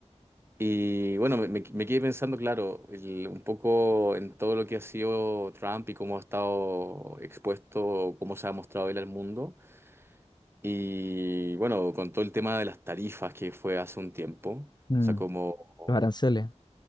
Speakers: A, on the right (about 20°); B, on the left (about 35°).
A: Y bueno, me, me- me quedé pensando, claro, el- un poco en todo lo que ha sido Trump y cómo ha estado expuesto, cómo se ha mostrado él al mundo. Y bueno, con todo el tema de las tarifas que fue hace un tiempo, o
B: mm.
A: sea, como
B: los aranceles,